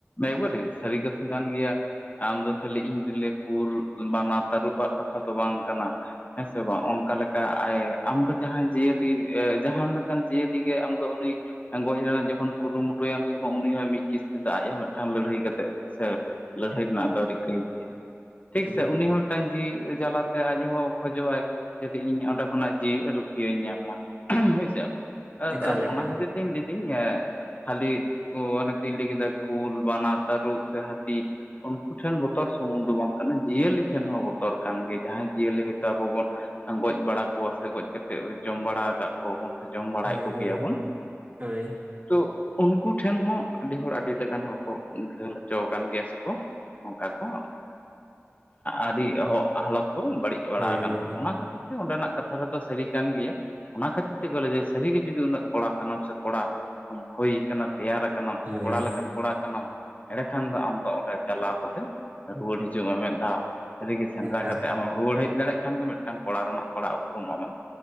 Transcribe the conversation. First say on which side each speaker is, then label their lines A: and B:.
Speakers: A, on the left; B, on the right.
A: ᱮᱠᱵᱟᱨᱮ ᱥᱟᱹᱨᱤ ᱠᱟᱛᱷᱟ ᱠᱟᱱ ᱜᱮᱭᱟ᱾ ᱟᱢᱫᱚ ᱠᱷᱟᱹᱞᱤ ᱤᱧ ᱫᱚᱞᱮ ᱠᱩᱞ ᱵᱟᱱᱟ ᱛᱟᱹᱨᱩᱵ ᱟᱜ ᱠᱟᱛᱷᱟ ᱫᱚ ᱵᱟᱝ ᱠᱟᱱᱟ᱾ ᱦᱮ ᱥᱮ ᱵᱟᱝ ᱚᱱᱠᱟ ᱞᱮᱠᱟ ᱟᱢ ᱫᱚ ᱡᱟᱦᱟᱭ ᱡᱤᱭᱟᱹᱞᱤ ᱡᱟᱦᱟᱸ ᱞᱮᱠᱟᱱ ᱡᱤᱭᱟᱹᱞᱤ ᱜᱮ ᱟᱢ ᱫᱚ ᱩᱱᱤ᱾ ᱜᱚᱡ ᱨᱮᱱᱟᱜ ᱡᱚᱠᱷᱚᱱ ᱠᱩᱨᱩᱢᱩᱴᱩᱭᱟᱢ ᱥᱮ ᱵᱟᱝ ᱩᱱᱤ ᱦᱚᱸ ᱢᱤᱫ ᱠᱤᱥ᱾ ᱟᱡ ᱦᱚ ᱢᱤᱫᱴᱟᱝ ᱞᱟᱹᱲᱦᱟᱹᱭ ᱠᱟᱛᱮᱫ ᱥᱮ ᱞᱟᱹᱲᱦᱟᱹᱭ ᱨᱮᱱᱟᱜ ᱫᱚ ᱨᱤᱠᱟᱹᱭ ᱜᱮᱭᱟ ᱴᱷᱤᱠ
B: ᱦᱩᱸ
A: ᱥᱮ ᱩᱱᱤ ᱦᱚᱸᱞ᱾ ᱢᱤᱫᱴᱟᱝ ᱡᱤᱣᱤ ᱡᱟᱞᱟ ᱛᱮ ᱟᱡ ᱦᱚ ᱠᱷᱚᱡᱚᱜᱼᱟᱭ᱾ ᱡᱩᱫᱤ ᱤᱧ ᱚᱸᱰᱮ ᱠᱷᱚᱱᱟᱜ ᱡᱤᱣ ᱨᱩᱠᱷᱤᱭᱟᱧ ᱧᱟᱢ ᱢᱟ ᱦᱳᱭᱥᱮ᱾ ᱮᱫ
B: ᱮᱠᱟᱞ
A: ᱟᱫᱚ
B: ᱮᱠᱟᱞ
A: ᱚᱱᱟ ᱠᱷᱟᱛᱤᱨ ᱛᱤᱧ ᱞᱟᱹᱭᱫᱟᱹᱧ ᱠᱷᱟᱹᱞᱤ ᱠᱚ ᱟᱱᱟ ᱛᱤᱧ ᱞᱟᱹᱭ ᱠᱮᱫᱟ᱾ ᱠᱩᱞ ᱵᱟᱱᱟ ᱛᱟᱹᱴᱨᱩᱵ ᱥᱮ ᱦᱟᱛᱤ᱾ ᱩᱱᱠᱩ ᱴᱷᱮᱱ ᱵᱚᱛᱚᱨ ᱥᱩᱢᱩᱝ ᱫᱚ ᱵᱟᱝ ᱠᱟᱱᱟ ᱡᱤᱭᱟᱹᱞᱤ ᱴᱷᱮᱱ ᱦᱚᱸ ᱵᱚᱛᱚᱨ ᱠᱟᱱ ᱜᱮᱭᱟ᱾ ᱡᱟᱦᱟᱸᱭ ᱡᱤᱭᱟᱹᱞᱤ ᱦᱚᱭᱛᱚ ᱟᱵᱚ ᱵᱚᱱ᱾ ᱜᱚᱡ ᱵᱟᱲᱟ ᱠᱚᱣᱟ ᱥᱮ ᱜᱚᱡ ᱠᱟᱛᱮ ᱡᱚᱢ ᱵᱟᱲᱟ ᱟᱠᱟᱫ᱾ ᱠᱚᱵᱚᱱ ᱥᱮ ᱡᱚᱢ ᱵᱟᱲᱟᱭᱮᱫ
B: ᱦᱳᱭ
A: ᱠᱚᱜᱮᱭᱟᱵᱚᱱ
B: ᱦᱳᱭ ᱦᱳᱭ
A: ᱛᱚ ᱩᱱᱠᱩ ᱴᱷᱮᱱ ᱦᱚᱸ ᱟᱹᱰᱤ ᱦᱚᱲ ᱟᱹᱰᱤ᱾ ᱞᱮᱠᱟᱱ ᱦᱚᱸ ᱠᱚ ᱜᱷᱟᱹᱞ ᱦᱚᱪᱚ᱾ ᱠᱟᱱ ᱜᱮᱭᱟ ᱥᱮᱠᱚ ᱚᱱᱠᱟ ᱠᱚ ᱟᱹᱰᱤ ᱦᱚ-ᱦᱟᱞᱚᱛ ᱠᱚ ᱵᱟᱹᱲᱤᱡ᱾ ᱵᱟᱲᱟ
B: ᱦᱳᱭ
A: ᱟᱠᱟᱱ ᱛᱟᱠᱚᱣᱟ ᱚᱱᱟ ᱠᱷᱟᱹᱛᱤᱨ ᱛᱮ ᱚᱸᱰᱮᱱᱟᱜ ᱠᱟᱛᱷᱟ ᱨᱮᱫᱚ ᱥᱟᱹᱨᱤ ᱠᱟᱱ ᱜᱮᱭᱟ᱾ ᱚᱱᱟ ᱠᱷᱟᱹᱛᱤᱨ ᱛᱮᱜᱮ ᱞᱟᱹᱭ ᱥᱟᱹᱨᱤᱜᱮ ᱡᱩᱫᱤ ᱩᱱᱟᱹᱜ ᱠᱚᱲᱟ ᱠᱟᱱᱟᱢ ᱥᱮ ᱠᱚᱲᱟ ᱦᱳᱭ ᱠᱟᱱᱟ ᱥᱮ ᱛᱮᱭᱟᱨ ᱟ ᱠᱟᱱᱟᱢ
B: ᱦᱳᱭ
A: ᱥᱮ ᱠᱚᱲᱟ ᱞᱮᱠᱟᱱ ᱠᱚᱲᱟ ᱠᱟᱱᱟᱢ ᱮᱸᱲᱮᱠᱷᱟᱱ ᱫᱚ ᱟᱢ ᱫᱚ ᱚᱸᱰᱮ ᱪᱟᱞᱟᱣ ᱠᱟᱛᱮᱫ ᱨᱩᱣᱟᱹᱲ ᱦᱤᱡᱩᱜ ᱢᱮ ᱢᱮᱫ ᱫᱷᱟᱣ᱾ ᱥᱟᱹᱨᱤᱜᱮ ᱥᱮᱸᱫᱽᱨᱟ
B: ᱮᱠᱟᱞ
A: ᱠᱟᱛᱮ ᱟᱢᱮᱢ ᱨᱩᱣᱟᱹᱲ ᱦᱮᱡ ᱫᱟᱲᱮᱜ ᱠᱷᱟᱱ ᱜᱮ ᱢᱮᱫ ᱢᱤᱫᱴᱟᱝ ᱠᱚᱲᱟ ᱨᱮᱱᱟᱜ ᱠᱚᱲᱟ ᱩᱯᱨᱩᱢ ᱟᱢᱮᱢ